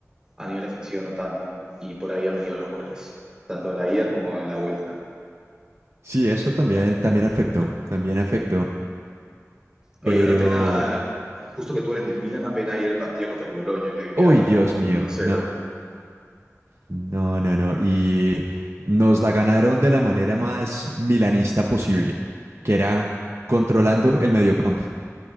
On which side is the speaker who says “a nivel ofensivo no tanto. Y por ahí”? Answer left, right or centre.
Right